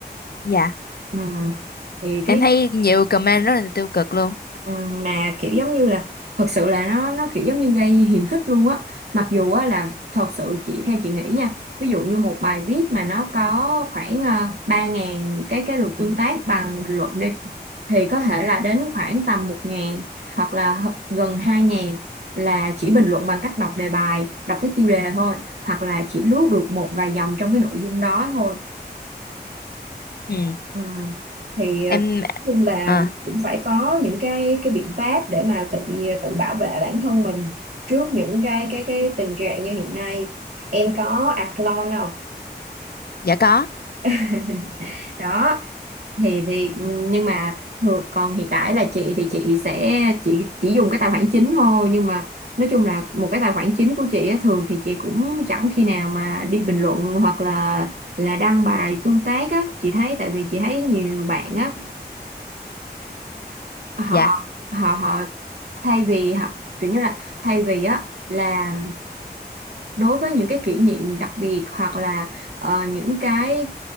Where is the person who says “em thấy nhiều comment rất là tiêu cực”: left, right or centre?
Left